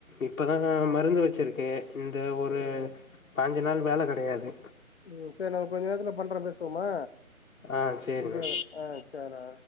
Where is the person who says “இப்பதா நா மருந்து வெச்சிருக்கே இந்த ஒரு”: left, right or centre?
Left